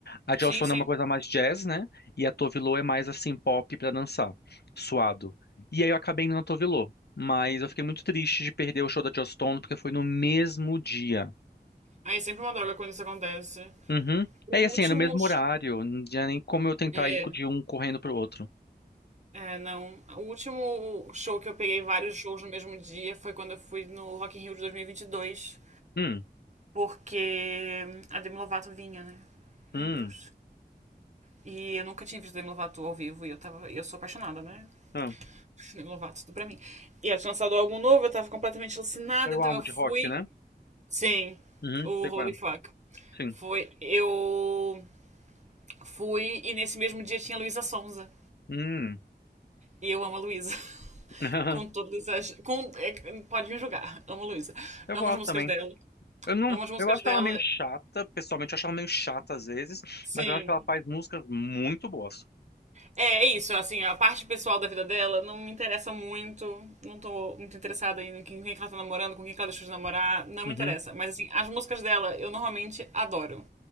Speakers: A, on the left (about 75°); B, on the right (about 45°).
A: A Joss
B: Sim,
A: Stone
B: sim.
A: é uma coisa mais jazz, né? E a Tove Lo é mais, assim, pop pra dançar, suado. E aí eu acabei indo na Tove Lo. Mas eu fiquei muito triste de perder o show da Joss Stone porque foi no mesmo dia.
B: Aí é sempre uma droga quando isso acontece.
A: Uhum.
B: O
A: É, e assim,
B: último.
A: é no mesmo
B: sh-
A: horário, não tinha nem como eu tentar
B: É,
A: ir de um correndo pro outro.
B: é, não. O último show que eu peguei vários shows no mesmo dia foi quando eu fui no Rock in Rio de dois mil e e vinte e dois,
A: Hum,
B: Porque a Demi Lovato vinha, né?
A: hum,
B: Meu Deus. E eu nunca tinha visto a Demi Lovato ao vivo e eu tava, eu sou apaixonada, né?
A: ah.
B: <laughs> Demi Lovato, tudo pra mim. E ela tinha lançado um álbum novo, eu tava completamente alucinada,
A: Era
B: então
A: o álbum
B: eu
A: de
B: fui.
A: rock, né?
B: Sim,
A: Uhum,
B: o
A: sei
B: Holy
A: qual é.
B: Fuck.
A: Sim.
B: Foi. Eu fui e nesse mesmo dia tinha Luísa Sonza.
A: Hum.
B: E eu amo a Luísa. <laughs>
A: <laughs>
B: Com todas as. Com, é, pode me julgar. Amo a Luísa.
A: Eu
B: Amo
A: gosto
B: as músicas
A: também.
B: dela.
A: Eu não,
B: Amo as músicas
A: eu acho
B: dela.
A: ela meio chata, pessoalmente eu acho ela meio chata às vezes,
B: Sim.
A: mas eu acho que ela faz músicas muito boas.
B: É é isso, assim, a parte pessoal da vida dela não me interessa muito. Não tô muito interessada em quem, quem que ela tá namorando, com quem que ela deixou de namorar, não
A: Uhum,
B: me interessa. Mas assim, as músicas dela eu normalmente adoro.